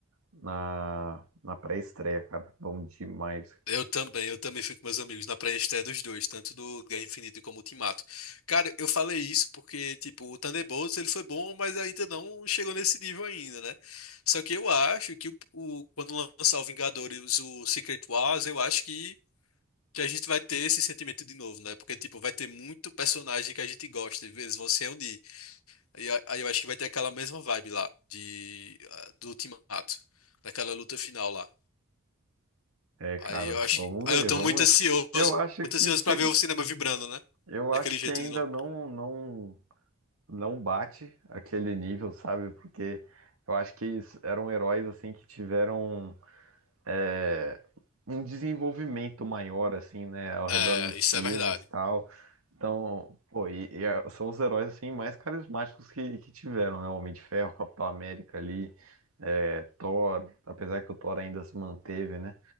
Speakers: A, on the right (about 80°); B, on the left (about 85°).
A: na, na pré-estreia, cara, bom demais.
B: Eu também, eu também fico com meus amigos na pré-estreia dos dois, tanto do Guerra Infinita como Ultimato. Cara, eu falei isso porque, tipo, o Thunderbolts ele foi bom, mas ainda não chegou nesse nível ainda, né? Só que eu acho que o, o- quando lançar o Vingadores, o Secret Wars, eu acho que, que a gente vai ter esse sentimento de novo, né? Porque, tipo, vai ter muito personagem que a gente gosta, e eles vão se reunir. E a- aí eu acho que vai ter aquela mesma vibe lá, de, ah, do Ultimato, daquela luta final lá.
A: É, cara,
B: Aí eu acho
A: vamos
B: que. Aí
A: ver,
B: eu tô
A: vamos
B: muito
A: ver.
B: ansioso,
A: Eu acho
B: muito
A: que,
B: ansioso
A: que
B: pra ver o cinema vibrando, né?
A: eu
B: Daquele
A: acho
B: jeito
A: que ainda
B: de novo.
A: não, não, não bate aquele nível, sabe? Porque eu acho que eles eram heróis assim que tiveram É, um desenvolvimento maior, assim, né, ao
B: É,
A: redor dos
B: isso
A: filmes
B: é verdade.
A: e tal. Então, pô, e, e, ah, são os heróis, assim, mais carismáticos que, que tiveram, né? O Homem de Ferro, Capitão América ali, é, Thor, apesar que o Thor ainda se manteve, né?